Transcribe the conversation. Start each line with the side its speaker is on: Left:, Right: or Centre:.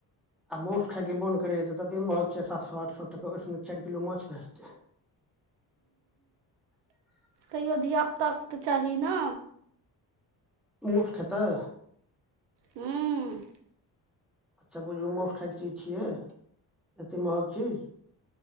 Centre: आ मौउस खाय के मोन करेयऽ त तते महग छै, सात सौऽ आठ सौऽ टके, ओई स निक चाइर किलो माछ भैऽ जेतै। <unintelligible>
Right: कहियो धिया-पुता के तऽ चाही न?
Centre: मौउस खेतै?
Right: हूम्म।
Centre: अच्छा बुझू मौउस खायके चीज छियै? एतेक महग चीज,